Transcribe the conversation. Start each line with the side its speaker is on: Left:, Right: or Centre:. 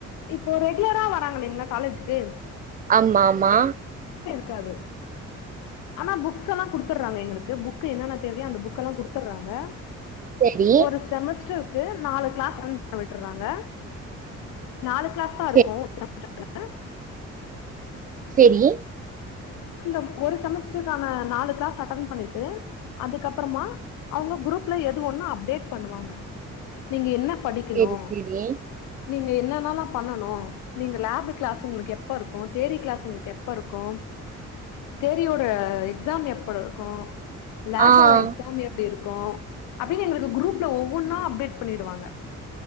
Left: இப்போ ரெகுலரா வராங்களலிங்களா காலேஜ்க்கு
Right: ஆமாமா
Left: க்காது ஆனா புக்ஸ் எல்லா குடுத்துடுறாங்க எங்களுக்கு புக் என்னன்ன தேவயோ அந்த புக் எல்லா குடுத் ப்பறாங்க
Right: சேரி
Left: ஒரு செமஸ்டர் க்கு நாலு கிளாஸ் அ பண்ண விட்டுறாங்க நாலு கிளாஸ் தா
Right: சே
Left: இருக்கு <unintelligible>
Right: செரி
Left: அந்த ஒரு செமஸ்டருக்கான நாலு கிளாஸ் அ பண்ணிட்டு அதுக்கப்பறமா அவுங்க குரூப்ல எது ஒன்னு அப்டேட் பண்ணுவாங்க நீங்க என்ன படிக்கணு
Right: சேரி சேரி
Left: நீங்க என்னன்னல்லா பண்ணனு நீங்க லேப் கிளாஸ் உங்களுக்கு எப்ப இருக்கும் தேரி கிளாஸ் உங்களுக்கு எப்ப இருக்கு தேரி ஒரு இப்ப எக்ஸா எப்போல இருக்கு லேபோட
Right: ஆ
Left: எக்ஸா எப்டி இருக்கு அப்ப ப்ப எங்களுக்கு குரூப்ல ஒவ்வொன்னா அப்டேட் பண்ணிடுவாங்க